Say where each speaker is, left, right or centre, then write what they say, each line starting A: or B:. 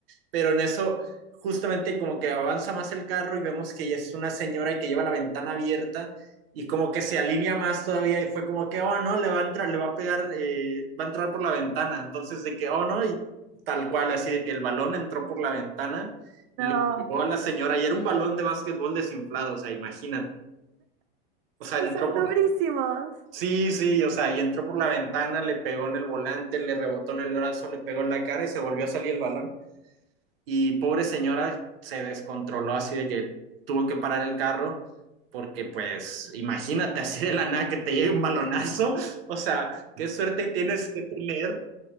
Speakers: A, on the right; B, on the right.
A: pero en eso justamente como que avanza más el carro y vemos que es una señora y que lleva la ventana abierta y como que se alinea más todavía y fue como que, oh, no, le va a entrar, le va a pegar, eh, va a entrar por la ventana. Entonces de que, oh, no, y tal cual, así de que el balón entró por la ventana, le
B: No,
A: pegó a la señora y era un balón de básquetbol desinflado, o sea, imagínate. O sea,
B: y
A: entró
B: son
A: por...
B: durísimos.
A: Sí, sí, o sea, y entró por la ventana, le pegó en el volante, le rebotó en el brazo, le pegó en la cara y se volvió a salir el balón. Y pobre señora se descontroló así de que tuvo que parar el carro porque pues imagínate <laughs> así de la nada que te llegue un balonazo, o sea, qué suerte tienes que tener